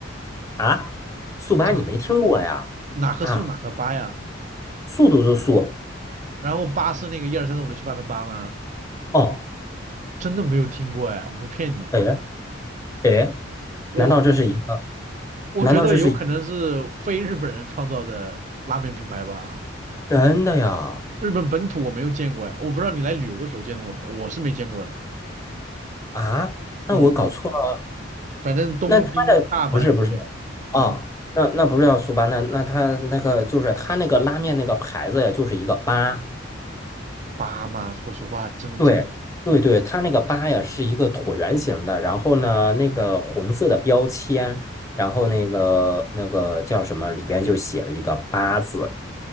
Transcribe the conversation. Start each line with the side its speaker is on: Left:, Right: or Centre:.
Left: 啊，速八你没听过呀？
Right: 这哪个速哪个八呀？
Left: 啊。速度的速，
Right: 然后八是那个一二三四五六七八的八吗？
Left: 哦，
Right: 真的没有听过哎，我不骗你，
Left: 哎哎，
Right: 我我
Left: 难道这是一个？
Right: 我觉得有可能是非日本人创造的拉面品牌吧，
Left: 难道这是一真的呀？
Right: 日本本土我没有见过哎，我不知道你来旅游的时候见过没，我是没见过的。
Left: 啊，那我搞错了。
Right: 嗯，我反正东京、
Left: 那他的不是不是
Right: 大阪都没有。
Left: 啊，
Right: 嗯，
Left: 那那不是叫速八，那那他那个就是他那个拉面那个牌子呀，就是一个八。
Right: 巴嘛，说实话，真真，
Left: 对对对，它那个八呀是一个椭圆形的，然后呢，那个红色的标签，然后那个那个叫什么，里边就写了一个八字。